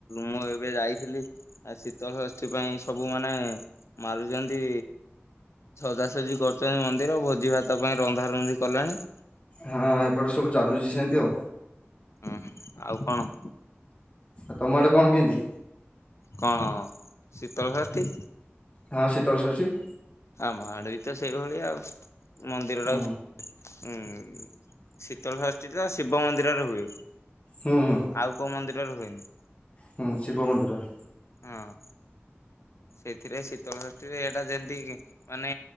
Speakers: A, on the left (about 85°); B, on the left (about 30°).
A: ମୁଁ ଏବେ ଯାଇଥିଲି। ଆ ଶୀତଳ ଷଷ୍ଠୀ ପାଇଁ ସବୁ ମାନେ ମାରୁଛନ୍ତି ସଜାସଜି କରୁଛନ୍ତି ମନ୍ଦିର ଭୋଜି ଭାତ ପାଇଁ ରନ୍ଧା ରନ୍ଧି କଲାଣି।
B: ହଁ ଏପଟେ ସବୁ ଚାଲୁଛି ସେମିତି ଆଉ।
A: ହୁଁ ଆଉ କଣ?
B: ଆଉ ତମ ଆଡେ କଣ କେମିତି?
A: କଣ ଶୀତଳଷଷ୍ଠୀ?
B: ହଁ ଶୀତଳଷଷ୍ଠୀ।
A: ଆମଆଢେ ବିତ ସେଇ ଭଳିଆ ଆଉ ମନ୍ଦିରଟାକୁ
B: ହୁଁ
A: ହୁଁ ଶୀତଳଷଷ୍ଠୀ ତ ଶିବ ମନ୍ଦିରରେ ହୁଏ।
B: ହଁ ହଁ।
A: ଆଉ କୋଉ ମନ୍ଦିରରେ ହୁଏନି।
B: ହୁଁ ଶିବ ମନ୍ଦିରରେ।
A: ହଁ। ସେଥିରେ ଶୀତଳଷଷ୍ଠୀ ରେ ଏଇଟା ଯେମିତି ମାନେ